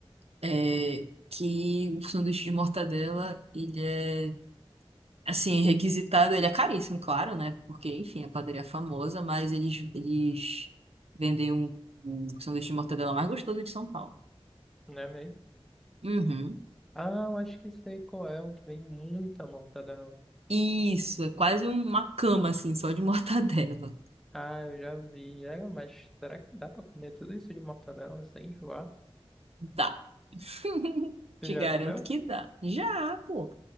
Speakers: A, on the right (about 75°); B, in the centre.
A: é, que o sanduíche de mortadela, ele é, assim, requisitado, ele é caríssimo, claro, né? Porque, enfim, a padaria é famosa, mas eles, eles vendem um, um sanduíche de mortadela mais gostoso de São Paulo.
B: né, mesmo?
A: Uhum.
B: Ah, eu acho que sei qual é, um que vem muita mortadela.
A: Isso, é quase uma cama, assim, só de mortadela.
B: Ah, eu já vi. É, mas será que dá pra comer tudo isso de mortadela sem enjoar?
A: Dá. <laughs>
B: Tu
A: Te
B: já
A: garanto
B: comeu?
A: que dá. Já, pô.